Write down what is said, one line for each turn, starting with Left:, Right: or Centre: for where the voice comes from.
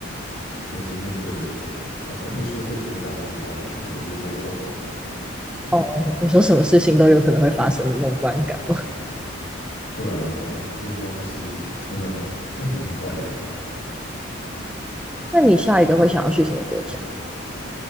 Left: 随时面对的是什么，而而不是说这个国家真的不安全或者是落后这样子。对
Centre: 哦，你说什么事情都有可能会发生的那种不安感吗？<laughs>
Left: 对啊，对啊，因为他就是真的真的很多怪人。
Centre: 那你下一个会想要去什么国家？